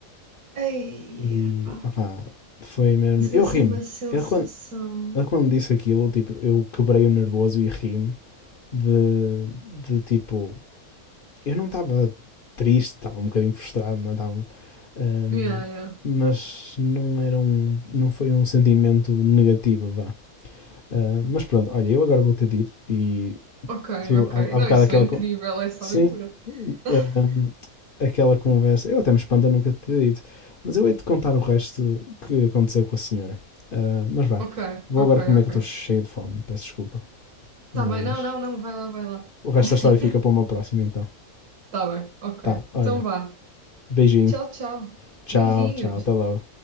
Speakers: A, on the right; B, on the left.
A: ei,
B: E,
A: pá.
B: opá, foi mesmo.
A: Isso
B: Eu
A: deve
B: ri-me.
A: ser uma sensação.
B: Ele quando, ele quando disse aquilo, tipo, eu quebrei o nervoso e ri-me. de, de tipo, eu não estava triste, estava um bocadinho frustrado, não estava, ahm,
A: Yeah, yeah.
B: mas não era um, não foi um sentimento negativo, vá. Ah, mas pronto, olha, eu agora vou-te de ir e
A: Ok,
B: tu,
A: ok.
B: há,
A: Não,
B: há bocado
A: isso
B: aquela,
A: foi incrível,
B: co-
A: essa
B: sim,
A: aventura. <laughs>
B: ahm, aquela conversa, eu até me espanta nunca te ter dito, mas eu hei de contar o resto que aconteceu com a senhora. Ah, mas vá,
A: Ok,
B: vou
A: ok,
B: agora
A: ok.
B: comer que eu estou cheio de fome, peço desculpa, mas
A: Tá bem, não, não, não, vai lá, vai lá.
B: o resto
A: <laughs>
B: da história fica para uma próxima então.
A: Tá bem, ok.
B: Tá, olha,
A: Então vá.
B: Beijinho.
A: Tchau, tchau.
B: Tchau,
A: Beijinhos.
B: tchau. Até logo.